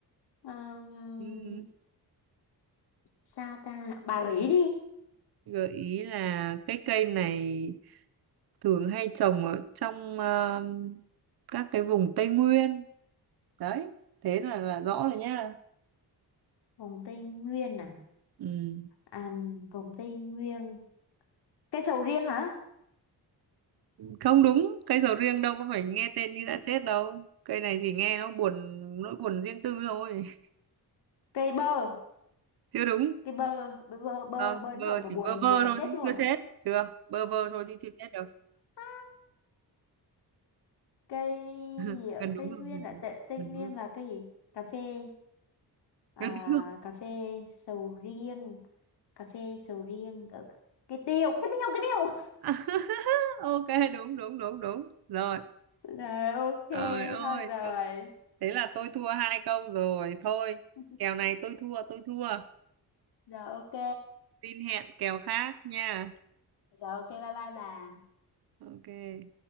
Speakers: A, on the left; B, on the right.
A: Ừm,
B: Ừ,
A: Sao ta? Bà gợi ý đi.
B: gợi ý là cái cây này thường hay trồng ở trong ờ, các cái vùng Tây Nguyên đấy thế là là rõ rồi nhá
A: Vùng Tây Nguyên à?
B: ừ.
A: À, vùng Tây Nguyên. Cây sầu riêng hả?
B: không đúng cây sầu riêng đâu có phải nghe tên như
A: Ừ.
B: đã chết đâu cây này chỉ nghe nó buồn nỗi buồn riêng tư thôi <laughs>
A: Cây bơ.
B: chưa đúng
A: Cây bơ. Bơ, bơ, bơ,
B: không
A: bơ
B: bơ
A: đến nỗi mà
B: chỉ
A: buồn,
B: bơ vơ
A: buồn
B: thôi
A: chết
B: chứ
A: luôn.
B: chưa chết chưa bơ vơ thôi chứ chưa chết đâu
A: À, cây
B: <laughs>
A: gì ạ?
B: gần đúng
A: Tây
B: rồi
A: Nguyên
B: gần
A: là
B: đúng
A: Tây, Tây
B: gần
A: Nguyên
B: đúng rồi
A: là cây gì? Cà phê. À,
B: gần đúng rồi
A: cà phê sầu riêng. Cà phê sầu riêng. Ở... Cây tiêu. Cây tiêu, cây tiêu.
B: <laughs> ok đúng đúng đúng đúng rồi
A: <laughs> Rồi, ok.
B: trời ơi
A: Thôi rồi.
B: thế là tôi thua hai câu rồi thôi
A: <laughs>
B: kèo này tôi thua tôi thua
A: Rồi, ok.
B: tin hẹn kèo khác nha
A: Rồi, ok. Bye bye bà.
B: ok